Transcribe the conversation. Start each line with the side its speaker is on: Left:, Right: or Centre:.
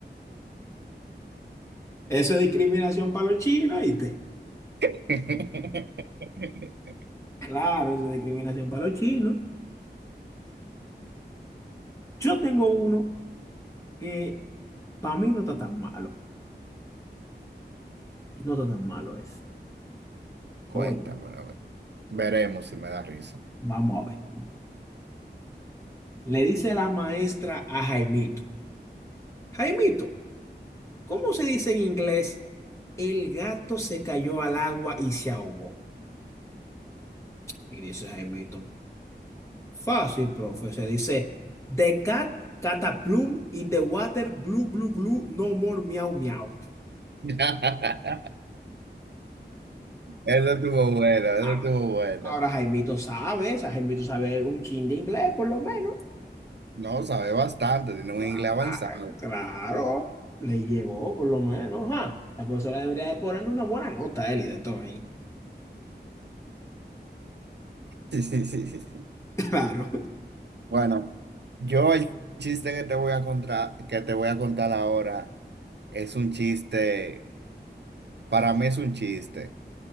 Left: eso es discriminación para los chinos, ¿viste?
Right: <laughs>
Left: Claro, eso es discriminación para los chinos. Yo tengo uno que para mí no está tan malo. No está tan malo es.
Right: Cuéntamelo.
Left: Hoy,
Right: Veremos si me da risa.
Left: vamos a ver. Le dice la maestra a Jaimito. Jaimito, ¿Cómo se dice en inglés? El gato se cayó al agua y se ahogó. Y dice Jaimito, fácil, profe. Se dice, The cat cataplum in the water, glu, glu, glu, no more miau, miau.
Right: <laughs> Eso estuvo bueno, eso
Left: Ah,
Right: estuvo bueno.
Left: ahora Jaimito sabe, o sea, Jaimito sabe un chin de inglés, por lo menos.
Right: No, sabe bastante, tiene
Left: Cla-
Right: un inglés avanzado.
Left: ah, Claro, le llegó, por lo menos. ajá. La profesora debería de ponerle una buena nota a él y de todo ahí.
Right: Sí, sí, sí, sí, sí.
Left: <laughs> Claro.
Right: Bueno, yo el chiste que te voy a contar, que te voy a contar ahora es un chiste, para mí es un chiste,